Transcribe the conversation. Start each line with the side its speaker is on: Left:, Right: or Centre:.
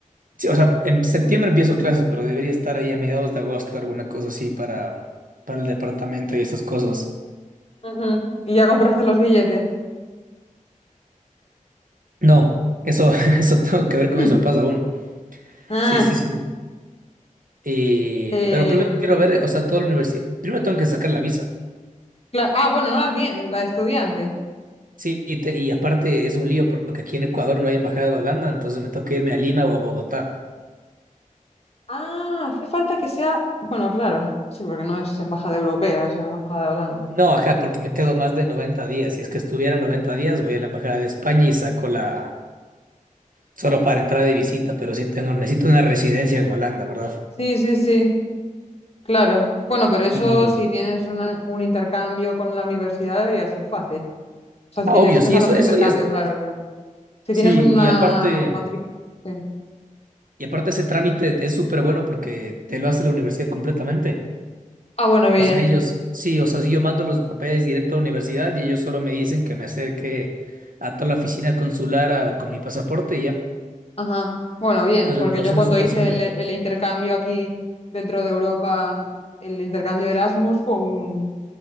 Right: Sí, o sea, en septiembre empiezo clases, pero debería estar ahí a mediados de agosto, alguna cosa así para, para el departamento y esas cosas.
Left: Ujú. Y ya compraste los billetes.
Right: No, eso, <laughs> eso tengo que ver con
Left: Mm.
Right: mis papás aún.
Left: <clears throat> Ah,
Right: Sí, sí, sí. Y-
Left: em,
Right: pero primero quiero ver, o sea, toda la universidad. Primero tengo que sacar la visa.
Left: cla- ah, bueno, no la, tie- la de estudiante.
Right: Sí, y, te- y aparte es un lío porque aquí en Ecuador no hay embajada de Holanda, entonces me toca irme a Lima o a Bogotá.
Left: Ah, hace falta que sea. Bueno, claro. Sí, porque no es embajada europea, es embajada de Holanda.
Right: No, ajá, porque me quedo más de 90 días. Si es que estuviera 90 días, voy a la embajada de España y saco la, solo para entrar de visita, pero sí tengo, necesito una residencia en Holanda, ¿verdad?
Left: Sí, sí, sí, claro. Bueno, pero eso
Right: Y,
Left: si tienes una- un intercambio con la universidad debería ser fácil. O sea, si
Right: ah,
Left: tienes,
Right: obvio, sí,
Left: o sea,
Right: eso,
Left: no es un
Right: eso
Left: intercambio,
Right: ya es,
Left: claro, pero si
Right: sí,
Left: tienes una
Right: y aparte,
Left: matrícula. sí.
Right: y aparte ese trámite es súper bueno porque te lo hace la universidad completamente.
Left: Ah, bueno, bien.
Right: O sea, ellos, sí, o sea, si yo mando los papeles directo a la universidad y ellos solo me dicen que me acerque a toda la oficina consular a- con mi pasaporte y ya.
Left: Ajá. Bueno, bien,
Right: Entonces
Left: porque
Right: el proceso
Left: yo cuando
Right: es súper
Left: hice
Right: simple.
Left: el, el intercambio aquí dentro de Europa, el intercambio de Erasmus fue un